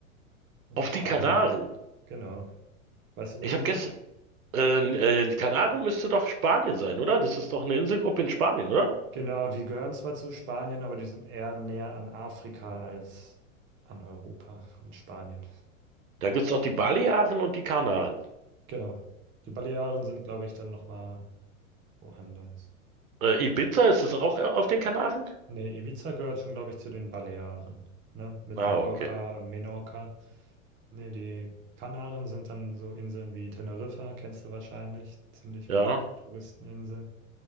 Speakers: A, on the right (about 30°); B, on the right (about 80°).
A: Also
B: Auf
A: Spanien.
B: die Kanaren.
A: Genau. Weißt du,
B: Ich
A: wo die
B: habe gestern,
A: sind?
B: äh, äh, die Kanaren müsste doch Spanien sein, oder? Das ist doch eine Inselgruppe in Spanien, oder?
A: Genau, die gehören zwar zu Spanien, aber die sind eher näher an Afrika als an Europa und Spanien.
B: Da gibt's doch die Balearen und die Kanaren.
A: Genau. Die Balearen sind, glaube ich, dann nochmal woanders.
B: Äh, Ibiza, ist das auch äh, auf den Kanaren?
A: Nee, Ibiza gehört schon, glaube ich, zu den Balearen, ne? Mit
B: Ah,
A: Mallorca
B: okay.
A: und Menorca. Nee, die Kanaren sind dann so Inseln wie Teneriffa, kennst du wahrscheinlich, ziemlich
B: Ja.
A: bekannte Touristeninsel.